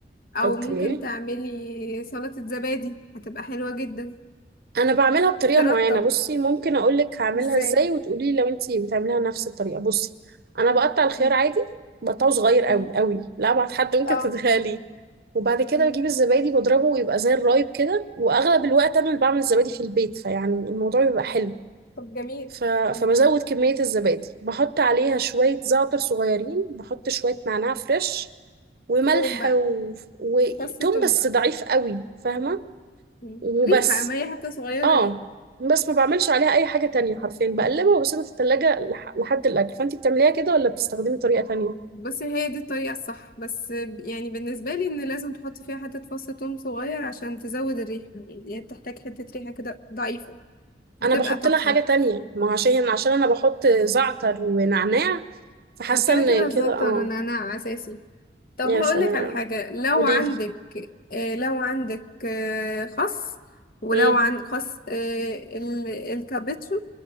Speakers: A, on the left; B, on the right.
A: او
B: اوكي
A: ممكن تعملي سلطة زبادي هتبقى حلوة جدا
B: انا بعملها بطريقه
A: ترطب
B: معينه بصي ممكن اقول لك هعملها
A: ازاي
B: ازاي وتقولي لي لو انت بتعمليها نفس الطريقه بصي انا بقطع الخيار
A: مم.
B: عادي بقطعه صغير قوي
A: مم.
B: قوي لا ابعد حد ممكن
A: اه
B: تتخيليه وبعد كده
A: مم.
B: بجيب الزبادي بضربه ويبقى زي الرايب كده واغلب الوقت انا اللي بعمل الزبادي في البيت فيعني الموضوع بيبقى حلو
A: طب جميل
B: ف...
A: مم.
B: فبزود كميه الزبادي بحط عليها شويه زعتر صغيرين بحط شويه نعناع فريش وملح
A: توم بقى
B: و... وتوم
A: فص توم
B: بس
A: بقى
B: ضعيف قوي فاهمه
A: مم.
B: وبس
A: ريحة ما هي حتة صغيرة
B: اه
A: ريحة
B: بس ما بعملش عليها اي حاجة تانية حرفيا بقلبها وبسيبها في التلاجة لح- لحد الاكل فانتي بتعمليها كده ولا بتستخدمي طريقة تانية
A: بس هي دي الطريقة الصح بس يعني بالنسبة لي ان لازم تحط فيها حتة فص ثوم صغير عشان تزود الريحة يعني هي بتحتاج حتة ريحة كده ضعيفة بتبقى
B: انا بحط
A: تحفة
B: لها حاجة تانية ما هو عشان عشان انا بحط زعتر ونعناع فحاسة
A: ما كده
B: ان
A: كده الزعتر
B: كده اه
A: والنعناع اساسي طب
B: يا
A: هقولك
B: سلام
A: على حاجة لو
B: قوليلي
A: عندك آه لو عندك آه خس ولو
B: امم
A: عندك خس آه ال- الكابتشو